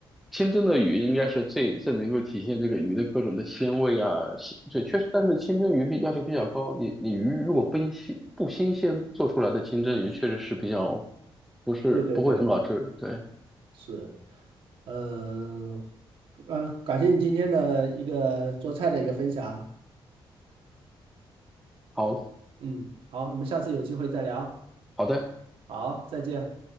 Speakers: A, in the centre; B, on the right.
A: 清蒸的鱼应该是最最能够体现这个鱼的各种的鲜味啊，鲜对，确实，但是清蒸鱼比要求比较高，你你鱼如果不新不新鲜做出来的清蒸鱼，确实是比较不是不会很好吃，
B: 对对对。
A: 对，
B: 是，嗯，呃，感谢你今天的一个做菜的一个分享。
A: 好
B: 嗯，好，我们下次有机会再聊。
A: 好的。
B: 好，再见。